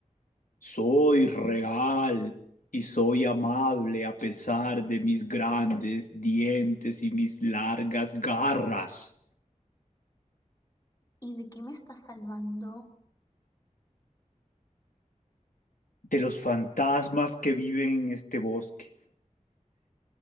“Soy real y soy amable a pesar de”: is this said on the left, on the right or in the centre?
Left